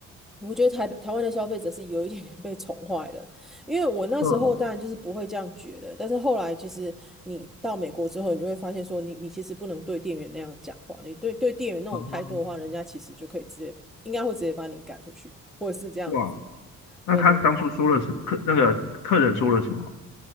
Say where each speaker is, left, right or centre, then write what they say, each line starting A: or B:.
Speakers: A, in the centre; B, on the left.
A: 我觉得台台湾的消费者是有一点点被宠坏了，因为我那时候当然就是不会这样觉得，
B: 嗯，
A: 但是后来其实你到美国之后，你就会发现说你，你其实不能对店员那样讲话，你对对店员那种态度的话，
B: 嗯哼，
A: 人家其实就可以直接应该会直接把你赶出去，或者是这样子。
B: 哇，那他当初说了什客那个客人说了什么？
A: 对对对。